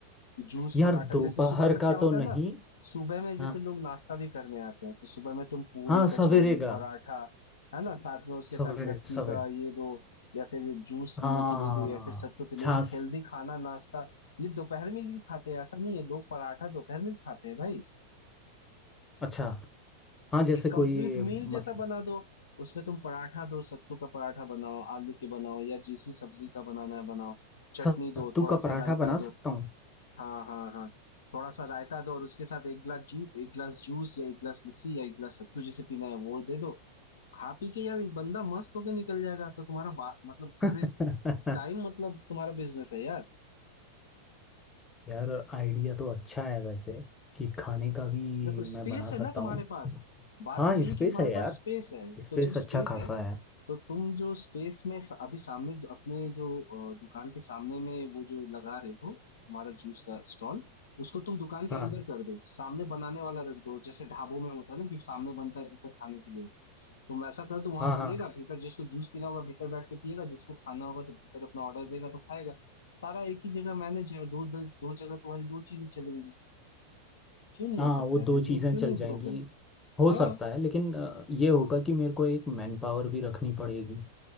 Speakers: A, on the left; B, on the left.
A: जूस
B: यार
A: पराठा
B: दोपहर
A: जैसे सुबह का
B: का
A: क्या होता
B: तो
A: है
B: नहीं
A: ना सुबह में जैसे
B: हाँ
A: लोग नाश्ता भी करने आते हैं तो सुबह में तुम पूरी
B: हाँ
A: कचौरी
B: सवेरे का
A: पराठा है ना साथ में उसके
B: सवेरे
A: साथ लस्सी
B: सवेरे
A: का ये दो या फिर जूस पीने
B: हाँ
A: के लिए दो या फिर सत्तू पीने
B: छाछ
A: ये हेल्दी खाना नाश्ता ये दोपहर में भी खाते हैं ऐसा नहीं है लोग पराठा दोपहर में भी खाते हैं भाई
B: अच्छा हाँ जैसे
A: एक
B: कोई
A: कंप्लीट
B: मतलब
A: मील जैसा बना दो उसमें तुम पराठा दो सत्तू का पराठा बनाओ आलू के बनाओ या जिस भी सब्जी का बनाना है बनाओ चटनी
B: सत्तू
A: दो थोड़ा
B: का पराठा
A: सा रायता
B: बना
A: दो
B: सकता हूँ
A: हाँ हाँ हाँ थोड़ा सा रायता दो और उसके साथ एक गिलास जूस एक गिलास जूस या एक गिलास लस्सी या एक गिलास सत्तू जिसे पीना है वो दे दो खा पी के यार बंदा मस्त होके निकल जाएगा तो तुम्हारा बा, मतलब पूरे
B: <laughs>
A: टाइम मतलब तुम्हारा बिजनेस है यार
B: यार आइडिया तो अच्छा है वैसे कि खाने का भी
A: देखो स्पेस
B: मैं बना सकता
A: है ना तुम्हारे
B: हूँ
A: पास बात
B: हाँ
A: तो यही
B: स्पेस
A: कि तुम्हारे
B: है यार
A: पास स्पेस है
B: स्पेस
A: तो जब
B: अच्छा
A: स्पेस
B: खासा
A: है
B: है
A: तो तुम जो स्पेस में स- अभी सामने दु- अपने जो अ, दुकान के सामने में वो जो लगा रहे हो तुम्हारा जूस का स्टॉल उसको तुम दुकान के
B: हाँ
A: अंदर कर दो सामने बनाने वाला रख दो जैसे ढाबों में होता है ना कि सामने बनता है भीतर खाने के लिए तुम वैसा कर दो वहां
B: हाँ
A: बनेगा
B: हाँ
A: भीतर जिसको जूस पीना होगा भीतर बैठ के पिएगा जिसको खाना होगा तो भीतर अपना ऑर्डर देगा तो खाएगा सारा एक ही जगह मैनेज है और दो दो जगह तुम्हारी दो चीजें चलेंगी क्यों नहीं
B: हाँ
A: हो सकता
B: वो
A: है
B: दो
A: बिजनेस
B: चीज़ें
A: क्यों
B: चल
A: नहीं
B: जाएंगी
A: ग्रो कर
B: हो
A: हाँ
B: सकता है लेकिन अ, ये होगा कि मेरे को एक मैन पावर भी रखनी पड़ेगी